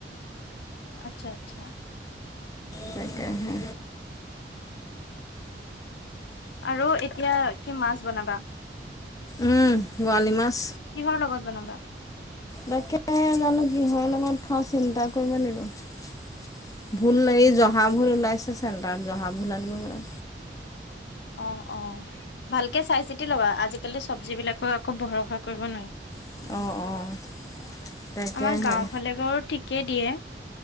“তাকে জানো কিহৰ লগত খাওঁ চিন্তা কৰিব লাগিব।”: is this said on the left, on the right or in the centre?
Left